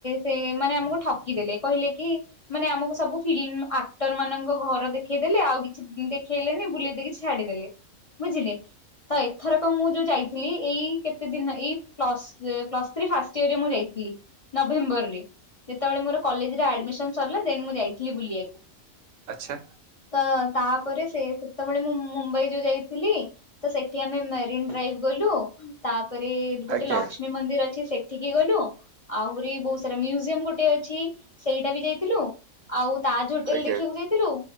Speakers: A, on the left; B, on the right.
A: ସେ ମାନେ ଆମକୁ ଠକି ଦେଲେ କହିଲେ କି ମାନେ ଆମକୁ ସବୁ ଫିଲ୍ମ ଆକ୍ଟର ମାନଙ୍କ ଘର ଦେଖେଇଦେଲେ ଆଉ କିଛି ଦେଖେଇଲେନି ବୁଲେଇ ଦେଇକି ଛାଡିଦେଲେ। ବୁଝିଲେ ତ ଏଥର କଣ ମୁଁ ଯଉ ଯାଇ ଏଇ କେତେ ଦିନ ଏଇ ପ୍ଲସ ପ୍ଲସ ଥ୍ରି ଫାଷ୍ଟ ଇଅରରେ, ମୁଁ ଯାଇଥିଲି। ନଭେମ୍ବରରେ ଯେତେବେଳେ ମୋର କଲେଜରେ ଆଡମିସନ ସରିଲା ଦେନ୍ ମୁଁ ଯାଇଥିଲି ବୁଲିବାକୁ।
B: ଆଛା
A: ତ ତାପରେ ସେ ସେତେବେଳେ ମୁଁ ମୁମ୍ବାଇ ଯୋଉ ଯାଇ ଥିଲି ତ ସେଠି ଆମେ ମେରିନ୍ ଡ୍ରାଇଭ ଗଲୁ। ତାପରେ ଗୋଟେ
B: ଆଜ୍ଞା
A: ଲକ୍ଷ୍ମୀ
B: ଆଜ୍ଞା
A: ମନ୍ଦିର ଅଛି ସେଠି ସେଠିକି ଗଲୁ, ଆହୁରି ବହୁତ ସାରା ମ୍ୟୁଜିୟମ ଗୋଟେ ଅଛି ସେଇଟା ବି ଯାଇଥିଲୁ। ଆଉ ତାଜ ହୋଟେଲ
B: ଆଜ୍ଞା
A: ଦେଖିବାକୁ ଯାଇଥିଲୁ,